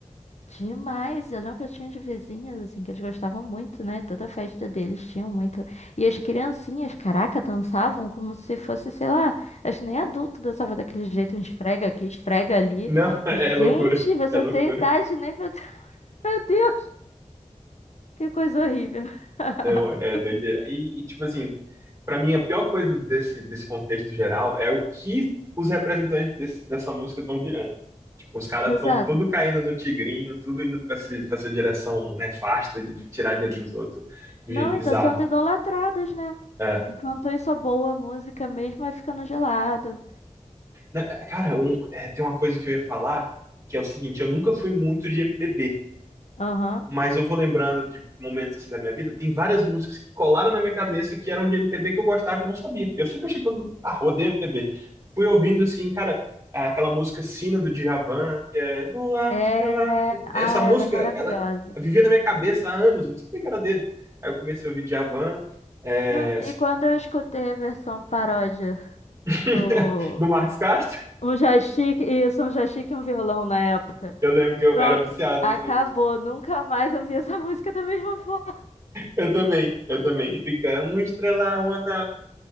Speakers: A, on the left; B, on the right.
A: Demais, eu lembro que eu tinha de vizinhos, assim, que eles gostavam muito, né? Toda festa deles tinham muito. E as criancinhas, caraca, dançavam como se fosse, sei lá, acho que nem adulto dançava daquele jeito, um esfrega aqui, esfrega ali.
B: Não, <laughs> é loucura.
A: Gente, você
B: É loucura.
A: tem idade nem pra. <laughs> Meu Deus, que coisa horrível. <laughs>
B: Não, é doideira. E, e, tipo assim, pra mim a pior coisa desse, desse contexto geral é o que os representantes desse- dessa música estão virando. Os caras
A: Exato.
B: estão tudo caindo no tigrinho, tudo indo para essa direção nefasta de de tirar dinheiro dos outros de
A: Não,
B: um jeito
A: e
B: bizarro.
A: tá sendo idolatrados, né?
B: É.
A: Enquanto isso, a boa música mesmo vai ficando gelado.
B: Né, é, Cara, um- é, tem uma coisa que eu ia falar, que é o seguinte, eu nunca fui muito de MPB.
A: Aham.
B: mas eu vou lembrando de momentos assim da minha vida, tem várias músicas que colaram na minha cabeça que eram de MPB que eu gostava e não sabia. Eu sempre achei que eu, ah, odeio MPB. Fui ouvindo assim, cara, aquela música Sina do Djavan, que é Lua,
A: É,
B: Estrela. Essa
A: ah,
B: música,
A: ela é maravilhosa.
B: ela vivia na minha cabeça há anos, eu não sabia que era dele. Aí eu comecei a ouvir Djavan, é,
A: Não, E quando eu escutei a versão paródia
B: <laughs>
A: do
B: do Marcos Castro.
A: um joystick, isso, um joystick e um violão na época.
B: Eu lembro que eu
A: Pronto,
B: era viciado
A: acabou.
B: nessa música.
A: Nunca mais ouvi essa <laughs> música da mesma forma.
B: Eu também, eu também. E fica uma estrela, uma na